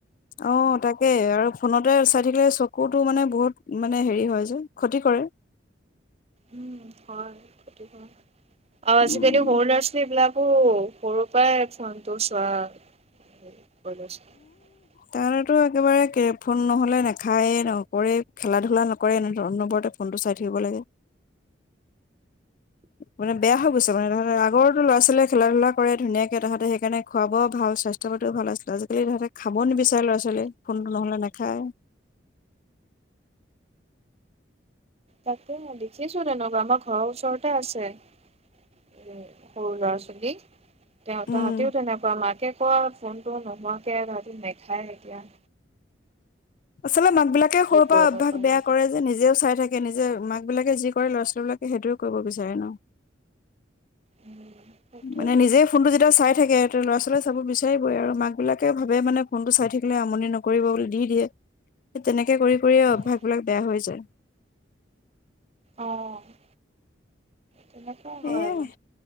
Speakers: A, on the left; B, on the right.
A: অ তাকে আৰু ফোনতে চাই থাকিলে চকুটো মানে বহুত মানে হেৰি হয় যে ক্ষতি কৰে,
B: উম হয় ক্ষতি কৰে। আজিকালি
A: উম
B: সৰু ল'চালি বিলাক, অ', সৰু পাই ফোনটো চোৱা। <unintelligible>
A: তাহাতৰ একেবাৰে কে ফোন নহলে নাখায়ে নকৰে খেলা ধূলা নকৰে এনেধৰণ নম্বৰতে ফোনটো চাই থাকিব লাগে মানে বেয়া হৈ গৈছে মানে তাহাঁতে আগৰটো লৰা ছোৱালীয়ে খেলা ধূলা কৰে ধুনীয়াকে তাহাঁতে সেইকাৰণে খোৱা বোৱাও ভাল স্বাস্থ্য পাতিও ভাল আছিলে আজি, এ তাহঁতে খাব নিবিচাৰে ল'ৰা ছোৱালীয়ে ফোনতো নহলে নে? খাওঁ।
B: তাকে দেখিছো তেনেকুৱা আমাৰ ঘৰৰ ওচৰতে আছে এ, সৰু ল'ৰা-ছোৱালী। অ'
A: উম
B: তাহাটিও তেনেকুৱা মাকে, কোৱা ফোনটো নোহোৱাকে ৰাতি নাখায় এতিয়া,
A: আচলতে মাক বিলাকে
B: কি
A: সৰুৰ
B: কৰিব
A: পৰা অভ্যাস
B: পাৰি
A: বেয়া কৰে যে নিজেও চাই থাক এ নিজে মাক বিলাকে যি কৰে ল'ৰা ছোৱালী বিলাকে সেইটোেই কৰিব বিচাৰে ন?
B: উম সেইটোৱে
A: মানে নিজে ফোনটো যেতিয়া চাই থাকে এতে ল'ৰা ছোৱালী চাব বিচাৰিবই আৰু মাক বিলাকে ভাবে মানে ফোনটো চাই থাকিলে আমনি নকৰিব বুলি দি দিয়ে সেই তেনেক, কৰি কৰিয়েই
B: উম,
A: অভ্যাসবলাক বেয়া হৈ যায়।
B: অ'। তেনেকুৱাই হয়
A: এয়াই
B: আৰু।